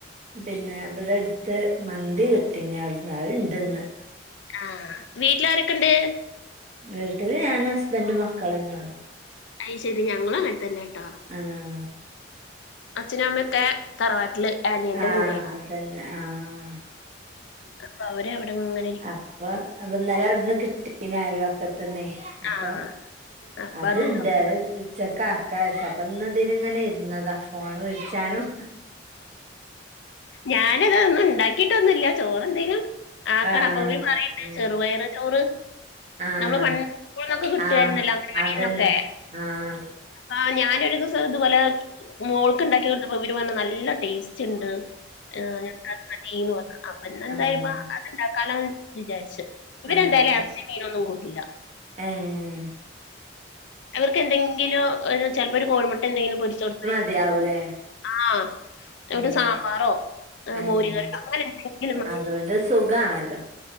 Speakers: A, on the right (about 35°); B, on the left (about 70°).
A: പിന്നെ ഇവിടെ അടുത്ത് മന്തി കിട്ടീന്ന് അവിടെന്ന് അഹ് ഇണ്ട്ന്ന്
B: ആഹ് വീട്ടില് ആരൊക്കെണ്ട്
A: വീട്ടില് ഞാനും ഹസ്ബന്റും മക്കള്ന്നെ ഉള്ളു
B: അഐ ശരി ഞങ്ങളു അങ്ങൻതന്നെട്ടോ
A: ആഹ്
B: അച്ഛനും അമ്മയുംഒക്കെ തറവാട്ടില് ആനിയന്റെ
A: ആഹ്
B: കൂടെന്നു
A: അതന്നെ ആഹ്
B: അപ്പൊ അവര് അവിടെങ്ങനെ
A: അപ്പൊ അവ്ട് ഇന്നലെ അവിടുന്ന് കിട്ടീക്ന് അയൽവാക്കത്തിന്നെ അപ്പൊ
B: ആഹ് അപ്പൊ
A: അത്ണ്ട്
B: അതുണ്ടാവും
A: ഉച്ചക് ആക്കാ വിചാരിച്ച് ഇന്ന് ഇതിന്ഇങ്ങനെ ഇരുന്നതാ ഫോൺവിളിച്ചാനും
B: ഞാനതൊന്നും ഉണ്ടാക്കിട്ടൊന്നില്ല ചോറ് എന്തേലും ആക്കണം
A: ആഹ്
B: അപ്പൊല് പറിയിണ്ട്
A: ഉം
B: ചെറുപയർ ചോറ്
A: ആഹ്
B: നമ്മള് പണ്ട് സ്കുൾന്നൊക്കെ കിട്ടായിരുന്നല്ലോ
A: ആഹ്
B: അംഗനവാടിന്നൊക്കെ
A: അതന്നെ ആഹ്
B: ആഹ് ഞാനൊരു ദിവസം ഇതുപോലെ മോൾക്ക് ഉണ്ടാക്കി കൊടുത്തപ്പോ വി ട്ട് വന്ന് നല്ല ടേസ്റ്റ് ണ്ട് ആഹ് ഞ അത് മതിന്ന് പറഞ്ഞു അപ്പെന്തായ്പ
A: ആഹ്
B: അത് ഇണ്ടാക്കാലോന്ന് വിചാരിച്ചു ഇവര്
A: ആഹ്
B: എന്തായാലും ഇറച്ചി മീനൊന്നും കൂട്ടുല്ല
A: ഏഹ്
B: അവർക്ക് എന്തെങ്കിലും ഒരു ചിലപ്പോ ഒരു കോഴിമുട്ട എന്തെലും പൊരിച്ചു കൊടു
A: മതിയാവുലെ
B: ആഹ്
A: ഉം
B: ഒരു സാമ്പാറോ ഏഹ്
A: ആഹ്
B: മോര് കറിയോ അങ്ങനെ എന്തെങ്കിലും മതി.
A: അതുകൊണ്ട് സുഖാണല്ലോ